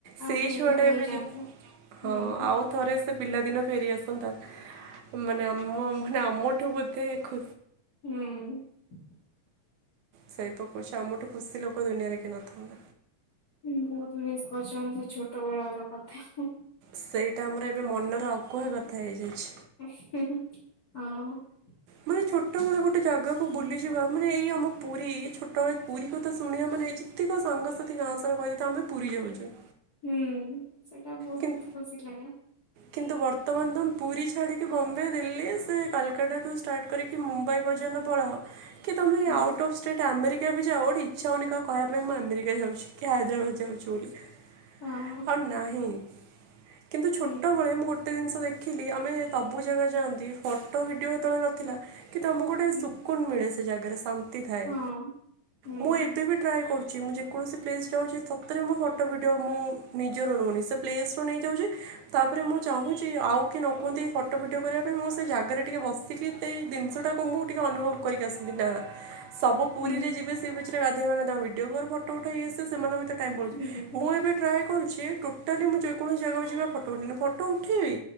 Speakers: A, on the left; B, on the right.
A: ଆଉ
B: ସେଇ
A: ଟିକେ
B: ଛୁଆଟା
A: ଥର ହେଇଯାଆନ୍ତା
B: ଏବେ ଯେ
A: ହୁଁ।
B: ହଁ ଆଉ ଥରେ ସେ ପିଲାଦିନ ଫେରିଆସନ୍ତା ମାନେ ଆମ ମାନେ ଆମଠୁ ବୋଧେ ଖୁ
A: ହୁଁ।
B: ସେଇପକୁଛି ଆ ମୁଠୁ ଖୁସି ଲୋକ ଦୁନିଆରେ କି ନଥା। <inaudible>
A: ଉଁ ବହୁତ ମିସ୍ କରିଛ ସେ ଛୋଟ ବେଳ ର କଥା।
B: ସେଇଟା ଆମର ଏବେ ମନର ଅକୁହା କଥା ହେଇଯାଇଛି।
A: <inaudible> ହଁ।
B: ମାନେ ଛୋଟବେଳେ ଗୋଟେ ଜାଗାକୁ ବୁଲିଯିବା ମାନେ ଏଇ ଆମ ପୁରୀ ଛୋଟବେଳେ ପୁରୀ କଥା ଶୁଣିବା ମାନେ ଯେତିକ ସାଙ୍ଗସାଥି ସା କହିଦ ଆମେ ପୁରୀ ଯାଉଛୁ।
A: ହୁଁ। ସେଇଟା ବହୁତ
B: କିନ୍
A: ଖୁସି ଲାଗେ।
B: କିନ୍ତୁ ବର୍ତ୍ତମାନ ତମେ ପୁରୀ ଛାଡ଼ିକି ବମ୍ବେ ଦିଲ୍ଲୀ ସେ କାଲକାତାଠୁ ଷ୍ଟାର୍ଟ କରିକି ମୁମ୍ବାଇ ପର୍ଯ୍ୟନ୍ତ ପଳାଅ। ତମେ
A: ହୁଁ।
B: Out of state America କୁୁ ଯାଅ ଆ ଗଟେ ଇଛା ହେଉନି କହିବା ପାଇଁଁ ଆମେରିକା ଯାଉଛି। କି ହଦରାବାଦ ଯାଉଚ ବୋଲି <inaudible>
A: ହଁ
B: ଆଉ ନାହିଁ। କିନ୍ତୁଛୋଟ।
A: ହୁଁ
B: ଟବେଳେ ମୁ ଗୋଟେ ଜିନିଷ ଦେ। ଦେଖିଲି ଆମେ ସବୁ ଜାଗା ଯାଆନ୍ତି, ଫଟୋ ଭିଡ଼ିଓ ଯେତେବେଳେ ନଥିଲା। କି ତମକୁ ଗୋଟେ
A: ହୁଁ
B: ସୁକୁୁନ ମିଳେସି। ଜାଗାରେ ସ। ତି ଥାଏ
A: ହଁ ହୁଁ।
B: ମୁଁ ଏବେ ବି ଟ୍ରାଏ କରୁ ମୁଁ ଯେକୌଣସି ପ୍ଲେସ୍ ଯାଉଛି ତତରେ ମୋ ଫଟୋ ଭିଡିଓ ମୁଁ ନିଜର ନୁହନି ସେ ପ୍ଲେସ ରୁ ନେଇଯାଉଛି। ତାପରେ ମୁଁ ଚାହୁଁଛି ଆଉ କି ନ କୁହନ୍ତି ଫଟୋ ଫିଡ଼ିଓ କରିବା ପାଇଁ ମୁଁ ସେ ଜାଗାରେ ଟିକେ ବସିକି ସେଇ ଜିନିଷଟାକୁ ମୁଁ ଟିକେ ଅନୁଭବ କରିକି ଆସନ୍ତି ନାଁ। ସବୁ ପୁରୀରେ
A: ହୁଁ
B: ଯିବେ ସେ ଗାଧୋଇ ମମାନେ ତାଙ୍କ ଭିଡିଓ କ ଫଟୋ ଉଠାଇ ଆସେ ସେମାନେ ଟାଇମ୍ ପଳାଉଛି
A: ହୁଁ ହୁଁ।
B: ମୁଁ ଏବେ ଟ୍ରଏ କ କଣଛି ଟୋଟାଲି ମୁଁ ଯେକଣସି ଜାଗାକୁ ଯିବା ଫୋ ଉଠେଇି ଫଟୋ ଉଠେଇବି